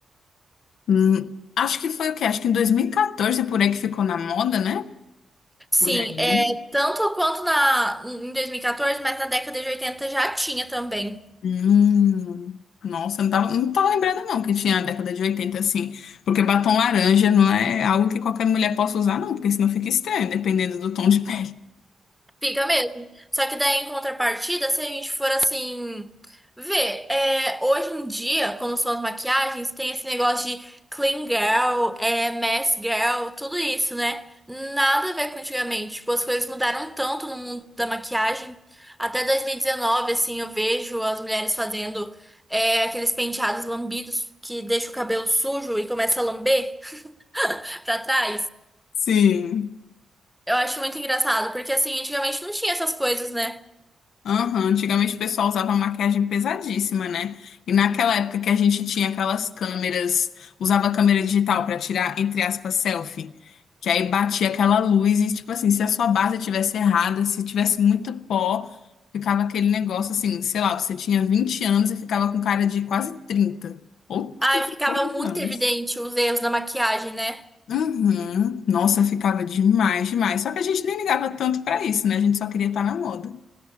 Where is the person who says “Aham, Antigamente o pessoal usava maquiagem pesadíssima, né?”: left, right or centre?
Left